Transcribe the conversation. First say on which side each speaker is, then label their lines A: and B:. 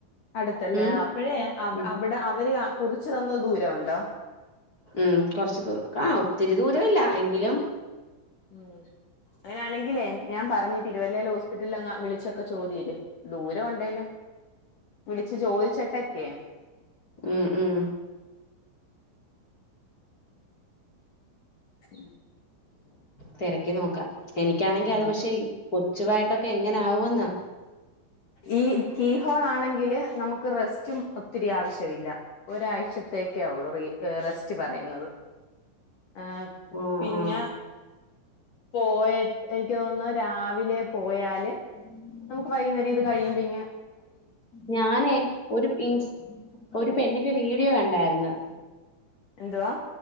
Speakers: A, on the left (about 50°); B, on the left (about 20°).
A: അടുത്തല്ലേ?
B: ഉം
A: ആഹ്, അപ്പഴേ
B: ഉം
A: അവിടെ അവര്. കുറിച്ച് തന്നത് ദൂരം ഒണ്ടോ?
B: ഉം, കൊറച് ദൂ ആഹ്, ഒത്തിരി ദൂര ഇല്ല. എങ്കിലും.
A: ഉം അങ്ങനെയാണെങ്കിലേ, ഞാൻ പറഞ്ഞു തിരുവല്ലയിൽ ഹോസ്പിറ്റലിൽ വിളിച്ചൊക്കെ ചോദി്ര് ദൂരം ഉണ്ടെലും. വിളിച്ച് ചോദിച്ചിട്ടക്കെ.
B: ഉം, ഉം
A: <unintelligible>
B: തെരക്കി നോക്കാം. എനിക്കാണെങ്കി
A: ആ
B: അത് പക്ഷെ, കൊച്ചുവായിട്ടൊക്കെ എങ്ങനെ ആവൊന്നാ.
A: ഈ, കീ, ഹോള്, ആണെങ്കില് നമുക്ക് റെസ്റ്റും ഒത്തിരി ആവശ്യവില്ല. ഒരാഴ്ചത്തേക്കേ ഉള്ളൂ. റീ. ഏഹ് റെസ്റ്റ് പറയ്ന്നത് ആഹ്
B: ആ
A: പിന്നെ
B: ആ
A: പോയ്ട്ട് എനിക്ക് തോന്നുന്ന് രാവിലെ പോയാല്
B: ഉം
A: നമുക്ക് വൈന്നേരം ഇത് കഴിയുമ്പ്ങ്ങ്
B: ഞാനേ ഒരു ഇൻസ് ഒര് പെണ്ണിന്റെ വീഡിയോ കണ്ടാര്ന്ന്
A: എന്തുവാ